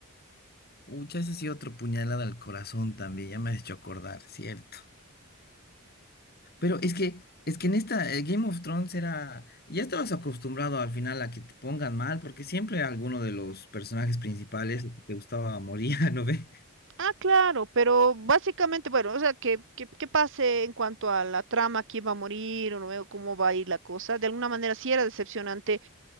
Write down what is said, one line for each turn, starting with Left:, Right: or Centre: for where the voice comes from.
Left: Ucha, ese sí otro puñalada al corazón también, ya me has hecho acordar, cierto. Pero es que, es que en esta eh, Game of Thrones era, ya estabas acostumbrado al final a que te pongan mal, porque siempre alguno de los personajes principales que te gustaba moría, <laughs> ¿no ve?
Right: Ah, claro, pero básicamente, bueno, o sea, que, que, que pase en cuanto a la trama, quién va a morir, o no veo cómo va a ir la cosa. De alguna manera sí era decepcionante